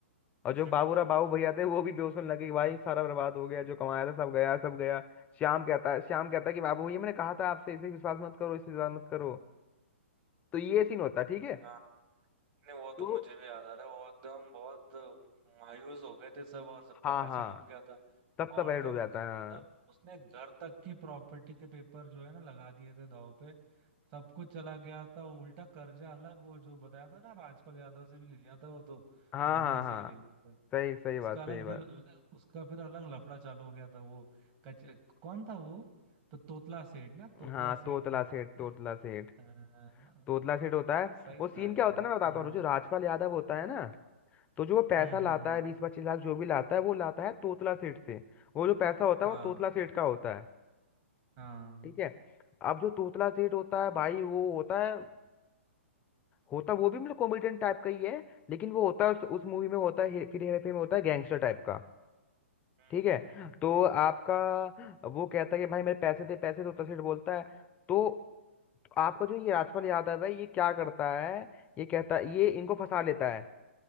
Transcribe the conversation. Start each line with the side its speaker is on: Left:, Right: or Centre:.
Left: और जो
Right: हम्म,
Left: बाबूरा बाबू भैया थे वो भी बेहोश होने लगे कि भाई सारा बर्बाद हो गया जो कमाया था सब गया सब गया श्याम कहता है श्याम कहता है कि बाबू भैया मैंने कहा था आपसे इसे विश्वास मत करो इसे विश्वास मत करो तो ये सीन होता है ठीक है
Right: हाँ नहीं वो तो
Left: तो
Right: मुझे भी याद आ रहा है वो एकदम बहुत मायूस हो गए थे सब और सबका
Left: हाँ
Right: पैसा
Left: हाँ
Right: डूब गया था
Left: सबका
Right: और
Left: पैर
Right: तो
Left: डूब
Right: और
Left: जाता
Right: ग-
Left: है
Right: मतलब उसने घर तक की प्रॉपर्टी के पेपर जो है ना लगा दिए थे दाव पे सब कुछ चला गया था उल्टा कर्जा अलग वो जो बताया था ना राजपाल यादव से भी ले लिया था वो तो
Left: हाँ
Right: गुंडे
Left: हाँ
Right: से
Left: हाँ
Right: भी
Left: हाँ
Right: ले लिया था
Left: सही सही बात
Right: उसका अलग
Left: सही बात
Right: फिर ल- उसका फिर अलग लफड़ा चालू हो गया था वो कच कौन था वो तो तोतला सेठ ना तोतला
Left: हाँ
Right: सेठ
Left: तोतला
Right: <laughs>
Left: सेठ तोतला सेठ
Right: हाँ,
Left: तोतला सेठ होता है
Right: तो सही
Left: वो सीन
Right: था एकदम
Left: क्या होता है ना मैं बताता
Right: हम्म
Left: हूँ जो राजपाल यादव होता है ना तो जो वो पैसा
Right: हम्म
Left: लाता
Right: हम्म हम्म,
Left: है बीस पच्चीस लाख जो भी लाता है वो लाता है तोतला सेठ से वो जो पैसा होता
Right: हाँ
Left: है वो तोतला सेठ का होता है
Right: हाँ
Left: ठीक है अब जो तोतला सेठ होता है भाई वो होता है होता वो भी मतलब कॉमेडियन टाइप का ही है लेकिन वो होता है उस, उस मूवी में होता है हे- फिर हेरा फेरी में होता है गैंगस्टर टाइप का
Right: हम्म
Left: ठीक है
Right: हम्म,
Left: तो आपका वो कहता है कि भाई मेरे पैसे दे पैसे तोतला सेठ बोलता है तो आपका जो ये राजपाल यादव है ये क्या करता है ये कहता है, ये इनको फंसा लेता है